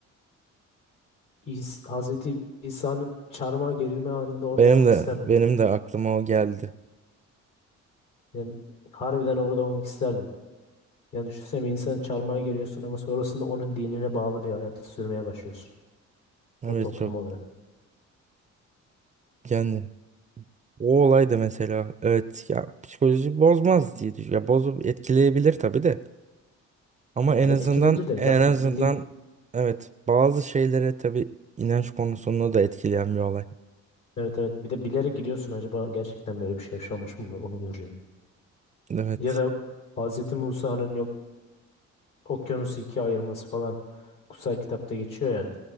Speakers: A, on the left (about 80°); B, on the right (about 25°).
A: İs Hazreti İsa'nın çarmıha gerilme anında orada
B: Benim
A: olmak
B: de
A: isterdim
B: benim
A: ya.
B: de aklıma o geldi.
A: Yani harbiden orada olmak isterdim. Yani düşünsene bir insan çarmıha geriyorsun ama sonrasında onun dinine bağlı bir hayat sürmeye başlıyorsun.
B: Evet
A: O toplum
B: çok
A: olarak.
B: yani o olay da mesela evet ya psikoloji bozmaz diye düşünüyorum. Ya bozup etkileyebilir tabii de. Ama
A: Ya
B: en
A: etkileyebilir
B: azından
A: de
B: en
A: zaten
B: azından
A: bili
B: evet bazı şeylere tabii inanç konusunda da etkileyen bir olay.
A: evet evet bir de bilerek gidiyorsun acaba gerçekten böyle bir şey yaşanmış mı onu göreceksin.
B: Evet.
A: Ya da Hazreti Musa'nın yok okyanusu ikiye ayırması falan kutsal kitapta geçiyor ya.